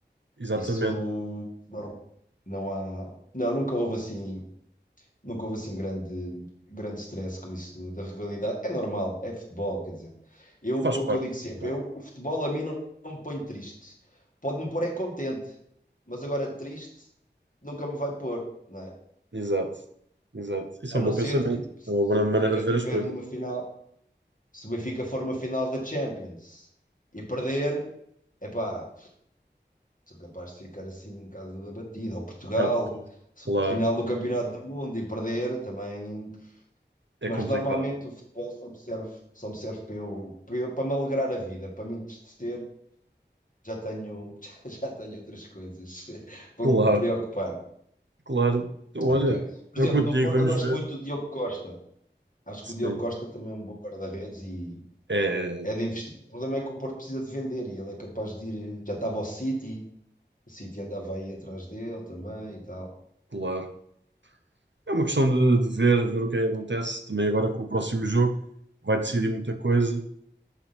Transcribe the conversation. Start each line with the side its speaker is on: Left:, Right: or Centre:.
Right: Exatamente.
Left: isso nor- não, há, não, nunca houve assim, nunca houve assim grande, grande stress com isso do- da rivalidade. É normal, é futebol, quer dizer. Eu,
Right: Faz
Left: é o
Right: parte.
Left: que eu digo sempre,
Right: né?
Left: eu, o futebol a mim não, não me põe triste. Pode-me pôr é contente, mas agora triste nunca me vai pôr, não é?
Right: Exato, exato. Isso
Left: A
Right: é um
Left: não
Right: bom
Left: ser
Right: pensamento.
Left: tipo, se
Right: É uma boa
Left: o
Right: maneira
Left: Benfica
Right: de
Left: estiver
Right: ver as coisas.
Left: numa
Right: Um
Left: final. se o Benfica for uma final da Champions e perder, epá, sou capaz de ficar assim um bocado abatido. Ou Portugal,
Right: bocado triste.
Left: se
Right: Claro,
Left: for a final do Campeonato do Mundo e perder também.
Right: é
Left: Mas
Right: complicado.
Left: normalmente o futebol só me serve, só me serve para, eu, para, eu- para me alegrar a vida, para me entristecer. Já tenho, <laughs> já tenho outras coisas <laughs> para
Right: Claro,
Left: me preocupar.
Right: claro. Então, olha,
Left: Ok. Por
Right: é
Left: exemplo,
Right: o que eu
Left: no
Right: te digo,
Left: Porto
Right: vamos
Left: eu gosto
Right: ver.
Left: muito do Diogo Costa. Acho
Right: Sim,
Left: que o Diogo Costa também é um bom guarda-redes e
Right: é,
Left: É de investir. O problema é que o Porto precisa de vender e ele é capaz de ir. Já estava ao City, o City andava aí atrás dele também e tal.
Right: claro. É uma questão de, de ver, ver o que é que acontece. Também agora com o próximo jogo vai decidir muita coisa.